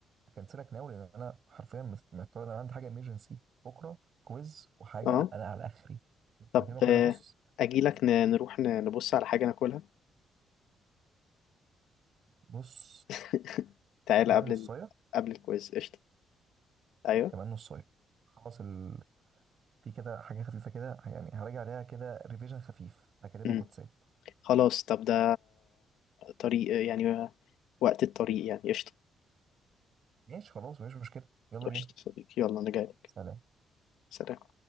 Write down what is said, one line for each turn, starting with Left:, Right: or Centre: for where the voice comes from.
Right: اكنسلك ناوي لان انا حرفيا مس- محتار إن انا عندي حاجه ايمرجنسي بكره كويز وحاجه
Left: اه
Right: انا على اخري بس بكلمك
Left: طب آه،
Right: وانا بص
Left: أجيلك
Right: ماسك زوري.
Left: ن- نروح ن- نبص على حاجة ناكلها
Right: بص
Left: <laughs> تعالى
Right: كمان
Left: قبل
Right: نص
Left: ال... قبل الكويز قشطة أيوه
Right: كمان نصايه خلاص ال... في كده حاجه خفيفه كده يعني هراجع عليها كده ريفيجن خفيف هكلمك
Left: مم.
Right: واتساب
Left: خلاص طب ده طريق يعني وقت الطريق يعني قشطة
Right: ماشي خلاص مفيش مشكله يلا
Left: قشطة
Right: بينا
Left: صديقي يلا أنا جايلك
Right: سلام
Left: سلام